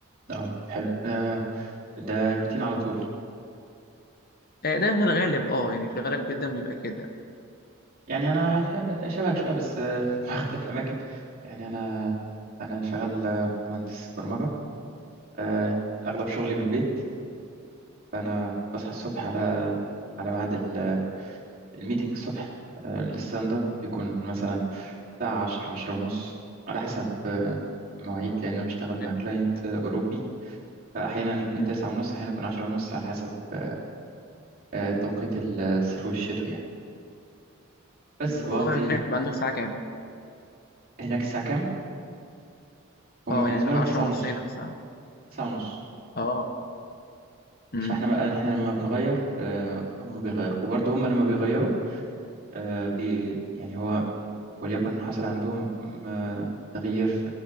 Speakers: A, on the right; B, on the left.
A: اه حلو آه، ده الروتين على طول
B: آه، ده في الغالب اه يعني في الغالب جدا بيبقى كده
A: يعني انا ش- شبهك شويه بس آه، <laughs> مع اختلاف الاماكن يعني انا انا شغال آه، مهندس برمجه آه، اغلب شغلي من البيت فانا بصحى الصبح على على ميعاد ال- آه، الميتنج الصبح آه، الستاند اب بيكون مثلا الساعة عشرة عشرة ونص على حسب آه، مواعيد لأن أنا بشتغل مع
B: حلو.
A: كلاينت آه، أوروبي فأحيانا يكون
B: مم.
A: تسعة ونص أحيانا يكون عشرة ونص على حسب آه، آه، توقيت الصيف والشتو يعني بس
B: طب هو
A: بقضي
B: هناك بيبقى عندك ساعة كام؟
A: هناك الساعة كام هم
B: اه
A: بالنسبة
B: يعني لو
A: لهم
B: عشرة
A: تسعة
B: ونص
A: ونص
B: هنا مثلا
A: تسعة ونص
B: اه امم
A: فاحنا بقى احنا لما بنغير آه، هم بيغيروا وبرضه هم لما بيغيروا آه، بي يعني هو وليكن حصل عندهم م- تغيير في